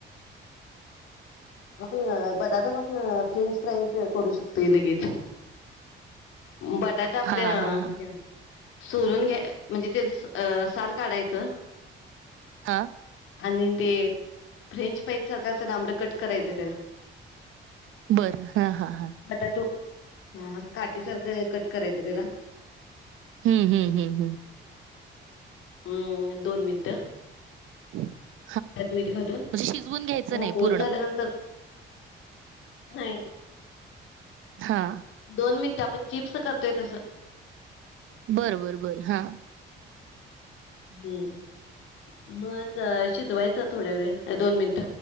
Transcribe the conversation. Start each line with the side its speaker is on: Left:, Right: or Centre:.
Left: आपण बटाटा पासून फ्रेंच फ्राय करू शकतोय लगेच.
Right: <inaudible>
Left: बटाटा आपल्या
Right: हा हा हा
Left: हे सोलून घ्या य म्हणजे ते साल काढायचं.
Right: हा
Left: आणि ते फ्रेंच फ्राईज सारखं असं लांबडं कट करायचं, त्याला
Right: बरं हा हा हा.
Left: बटाटो हा असं काटी सारखं कट करायचं त्याला.
Right: हम्म हम्म हम्म हम्म.
Left: म् दोन मिनिटं..
Right: <unintelligible>
Left: त्यात मीठ घालून
Right: म्हणजे शिजवून घ्यायचं
Left: मग
Right: नाही
Left: उकरून
Right: पूर्ण
Left: झाल्यानंतर. नाही.
Right: हा
Left: दोन मिनिट आपण चिप्स करतोय तसं.
Right: बरं बर बर हा.
Left: हम्म मग शिजवायचं थोड्या वेळ दोन मिनट.